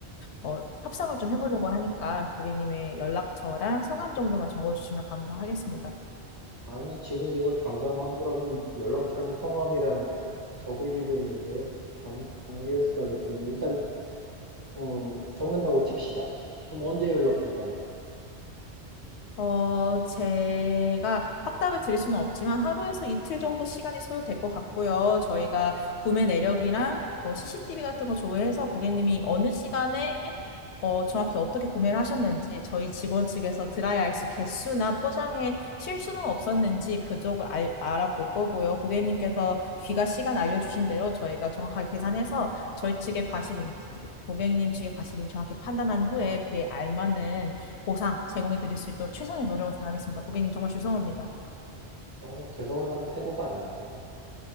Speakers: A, on the left (about 75°); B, on the right (about 20°).
A: 어, 협상을 좀 해보려고 하니까 고객님의 연락처랑 성함 정도만 적어주시면 감사하겠습니다.
B: 아니, 지금 이걸 당장 환불하면 연락처랑 성함이랑 적을 일이 없는데. 참, 알겠어요. 그럼 일단, 어, 적는다고 칩시다. 그럼 언제 연락 줄 건데요?
A: 어, 제가 확답을 드릴 수는 없지만 하루에서 이틀 정도 시간이 소요될 것 같고요. 저희가 구매 내력이랑 뭐 CCTV 같은 거 조회해서 고객님이 어느 시간에 어, 정확히 어떻게 구매를 하셨는지 저희 직원 측에서 드라이 아이스 개수나 포장에 실수는 없었는지 그쪽을 알, 아볼 거고요. 고객님께서 귀가 시간 알려주신 대로 저희가 정확하게 계산해서 저희 측의 과실인지 고객님 측의 과실인지 정확히 판단한 후에 그에 알맞는 보상 제공해 드릴 수 있도록 최선의 노력을 다하겠습니다. 고객님 정말 죄송합니다.
B: 아, 죄송한 사람 태도가 아닌데.